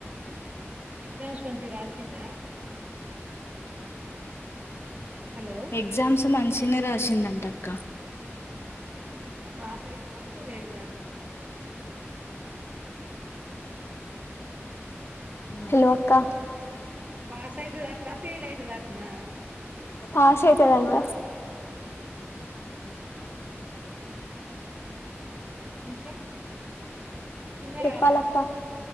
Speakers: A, on the right (about 30°); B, on the left (about 60°).
A: ఎగ్జామ్స్ మంచిగ రాసిందా హలో
B: ఎగ్జామ్స్ మనిషి నె రాసిందంట అక్క
A: పాసయితుదా ఫేలైతదటనా
B: హలో అక్క
A: పాస్ అయితదట్నా ఫెయిల్ అయితదట్నా
B: పాసైతదంట ఓ
A: ఇంకా తిన్నరారా
B: చెప్పాలక్క